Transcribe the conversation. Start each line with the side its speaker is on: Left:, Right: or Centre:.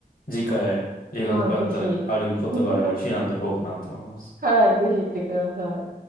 Left: い。次回、留学があったら、
Right: はい、ぜひ。
Left: あることがあれば、
Right: <laughs>
Left: フィンランド行こうかなと思います。
Right: はい、ぜひ行ってください。